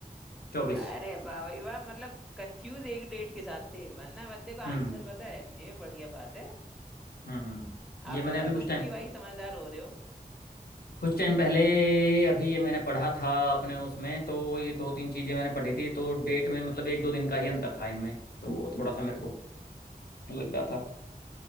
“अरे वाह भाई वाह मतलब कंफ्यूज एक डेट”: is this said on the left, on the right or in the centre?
Centre